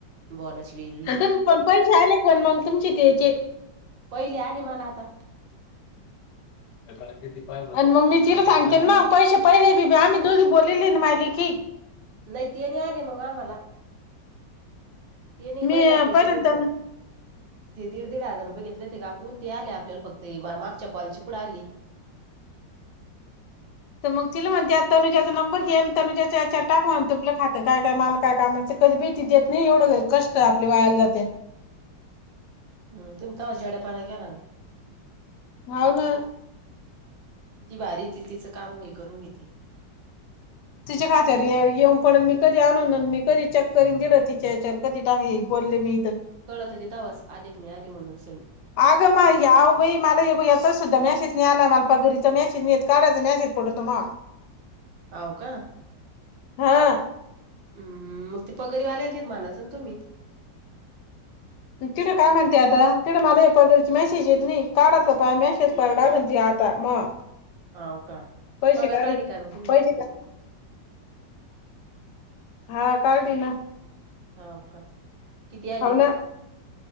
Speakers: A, on the right; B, on the left.
A: बॉलाची वेगळी.
B: तुम पण पैसे आले का पण मग तुमची येचे
A: पहिले आले मला आता.
B: आणि मम्मी तिला सांगते मग पैसे पहिले बीआम्ही दोघी बोललेल आहे न, आम्ही माय लेकी.
A: नाही ते नाही आले मग आम्हाला ते नाही
B: मी
A: पहिले आपल्या
B: पहिल्यांदा
A: तिथे ते दीड दीड हजार रुपये घेतले होते <inaudible> का कोण ते आले आपल्याला फक्त मागच्या क्वालिची <inaudible> <inaudible> पुुे आली
B: तर मग तिला म्हणते तनुजाचा नंबर घेन <inaudible> आणि तनुजाचा याच्या टाक म्हणत. आपलं खातं काय काय माल काय कामा कधी भीती देत नाही. एवढं कष्ट आपली वायाला जाते.
A: <inaudible> तम तस जडे्या पना <inaudible> क रन
B: <inaudible> हो ना.
A: ती भारी त तिचं काम घ करून घेते.
B: तिच्या खातर येऊन <inaudible> पड मी कधी आणूनन मी कधी चेक करन दिलं तिच्या <inaudible> या्याच्यावर कधी <inaudible> टांग बोलले मी तर
A: <inaudible> तेथवास आले मी आले म्हणून <inaudible> सग
B: अगं <inaudible> मवबाई मला याेत सुद्धा मेसेज नाही. आला मला पगरीचा मेसेज नाही काढाय मेसेज पडतो मग.
A: आव का?
B: हा
A: हम्म, मग ती पगरी वाल्याल मानाचं ना तुम्ही.
B: तिथं काय म्हणते आता तिडं मला या पगरीची मेसेज येत नाही. काढाचं पाय मेसेज पड त आता मग.
A: होव का
B: पैसे
A: पगार
B: काढे
A: काय <inaudible> टिका म्ह तुम्ही.
B: पैसे का- हा <inaudible> काढट ना
A: हव का. किती आली?
B: हो ना.